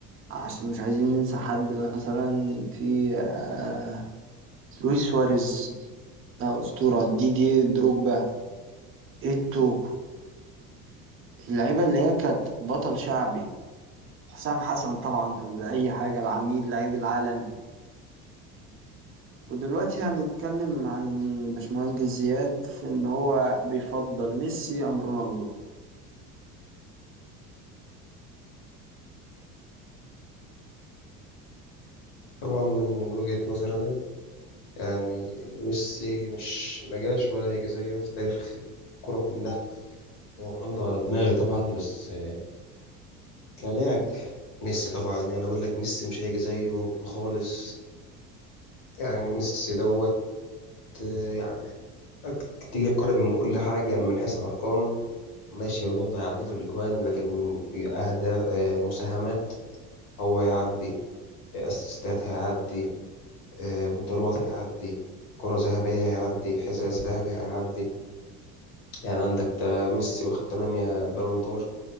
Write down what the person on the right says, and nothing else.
عشان مش عايزين ننسى حد مثلا في آه لويس سواريز ده أسطورة دي دي دروجبا إيتو اللعيبة اللي هي كانت بطل شعبي حسام حسن طبعا قبل أي حاجة العميد لعيب العالم ودلوقتي هنتكلم عن باشمهندس زياد في إن هو بيفضل ميسي أم رونالدو